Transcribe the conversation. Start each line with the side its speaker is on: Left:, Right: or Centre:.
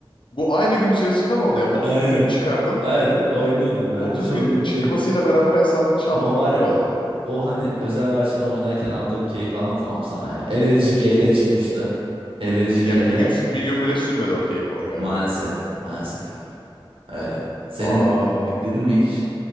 Left: Bu aynı gün içerisinde mi oldu?
Right: <laughs>
Left: Yani 30
Right: Aynen.
Left: günlük çıkardın.
Right: Evet, evet oynuyordum böyle.
Left: 30
Right: Çok
Left: günlük
Right: mutluyum.
Left: çıkmasıyla beraber hesabını çaldırman
Right: Ama var ya
Left: bir oldu.
Right: o, o hani özel versiyonu oynarken aldığım keyfi anlatamam sana ya. Elverici GL çıkmıştı. Elverici
Left: Yani
Right: GL.
Left: bir gün bir gün bile sürmedi o keyif ama galiba.
Right: Maalesef. Maalesef. Öyle. Senin
Left: Aa,
Right: yükledin mi hiç?